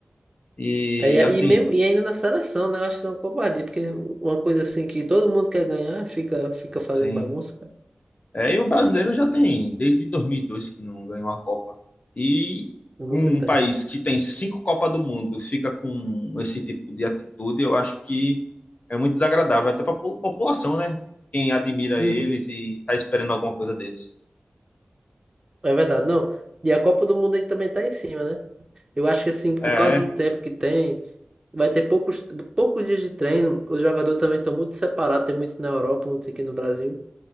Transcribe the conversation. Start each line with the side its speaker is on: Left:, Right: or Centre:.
Left: E
Right: É, e, aí
Left: assim,
Right: mesmo, e ainda na seleção, né? Eu acho que é uma covardia, porque uma coisa assim que todo mundo quer ganhar fica, fica fazendo
Left: sim,
Right: bagunça, cara,
Left: É, e o brasileiro já tem, desde 2002 que não ganhou uma Copa. E
Right: por muito
Left: um
Right: tempo.
Left: um país que tem cinco Copas do Mundo fica com esse tipo de atitude, eu acho que é muito desagradável, até para a população, né? Quem admira
Right: Uhum.
Left: eles e tá esperando alguma coisa deles.
Right: É verdade, não. E a Copa do Mundo aí também tá em cima, né? Eu acho que assim, que
Left: É,
Right: por causa do
Left: é,
Right: tempo que tem, vai ter poucos, poucos dias de treino. Os jogadores também estão muito separados, tem muitos na Europa, muitos aqui no Brasil.